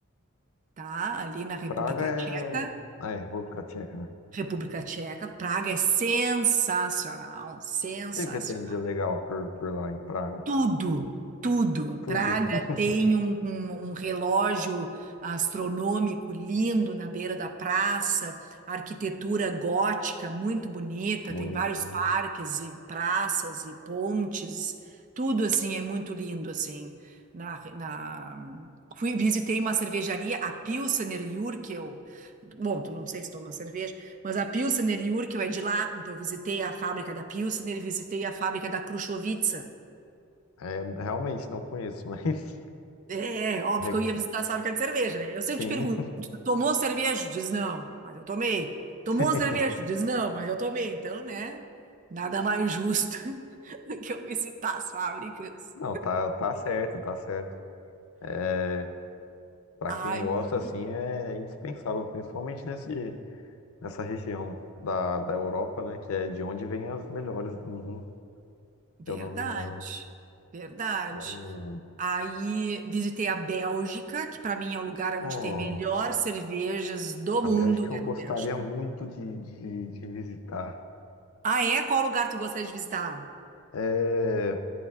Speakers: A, on the right; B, on the left.
A: tá? Ali na República
B: Praga é.
A: Tcheca.
B: Ah, é República Tcheca, né?
A: República Tcheca. Praga é sensacional, sensacional.
B: O que que tem de legal por, por lá em Praga?
A: Tudo, tudo.
B: Tudo.
A: Praga
B: <laughs>
A: tem um, um- um relógio astronômico lindo na beira da praça, arquitetura gótica muito bonita,
B: Bonito,
A: tem vários
B: hein?
A: parques e praças e pontes, tudo assim é muito lindo assim. Na, na- Fui, visitei uma cervejaria, a Pilsener Urquell. Bom, tu não sei se toma cerveja, mas a Pilsener Urquell é de lá, então eu visitei a fábrica da Pilsener e visitei a fábrica da Krušovice.
B: É, realmente não conheço, mas.
A: É, óbvio
B: <laughs> recom-
A: que eu ia visitar a fábrica de cerveja, né? Eu sempre
B: Sim.
A: te pergunto, "Tu tomou cerveja? Diz não, mas eu tomei. Tomou
B: <laughs>
A: cerveja? Diz não, mas eu tomei. Então, né? Nada mais justo <laughs> que eu visitar as fábricas.
B: Não, tá, tá certo, tá certo. É, para
A: Aí,
B: quem gosta, assim, é indispensável, principalmente nesse, nessa região da, da Europa, né? Que é de onde vem as melhores do mundo,
A: verdade,
B: se eu não me engano.
A: verdade.
B: Oh,
A: Aí visitei a Bélgica, que para mim é o lugar onde
B: nossa,
A: tem melhor cervejas do
B: a
A: mundo,
B: Bélgica
A: é
B: eu gostaria
A: na Bélgica.
B: muito de, de, de visitar.
A: Ah, é? Qual lugar tu gostaria de visitar?
B: É,